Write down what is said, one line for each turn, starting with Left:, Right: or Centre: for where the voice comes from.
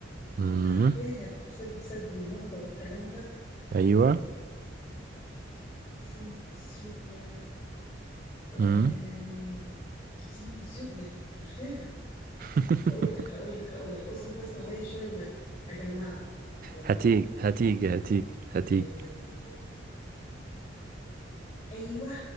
Right: امم
Left: كنت عارفاها بسبب سد النهضة والكلام ده
Right: ايوه
Left: عاصمة اثيوبيا آم،
Right: مم.
Left: عاصمة اثيوبيا عارفاها
Right: <laughs>
Left: هقول لك هقول لك هقول لك اصبر بس عليا شوية ما اجمعها اجمعها
Right: هتيجي
Left: اجمعها
Right: هتيجي هتيجي هتيجي
Left: آم، ايوه